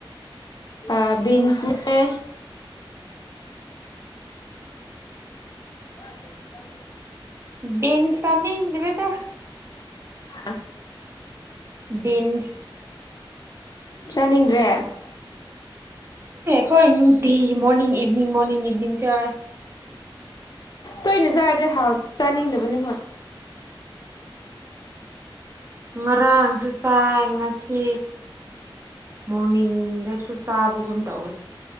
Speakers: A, on the left; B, on the right.
A: ꯑ ꯟꯁꯅꯦ ꯍꯔ ꯀꯔꯤꯁꯨꯥꯏ
B: ꯗꯦꯟꯁꯗꯤꯗ꯭ꯔꯦꯗ
A: ꯑ
B: ꯕꯤꯤꯟꯁ
A: ꯆꯥꯅꯤꯡꯗ꯭ꯔꯦ
B: ꯀꯣ ꯏꯅꯤꯡ ꯇꯤ ꯃꯣꯔꯅꯤꯡ ꯏꯚꯅꯤꯡ ꯃꯣꯔꯅꯤꯡ ꯏꯚꯅꯤꯡ ꯆ
A: ꯇꯣꯏꯅ ꯆꯥꯔꯗꯤꯦ ꯍꯥꯎ ꯆꯥꯅꯤꯡꯗꯕꯅꯤ ꯍꯣꯏ
B: ꯃꯔꯥꯡꯁꯨ ꯇꯥꯏ ꯉꯁꯤ ꯃꯣꯔꯅꯤꯡꯗꯁꯨ ꯆꯥꯕꯒꯨꯝ ꯇꯧꯋꯦ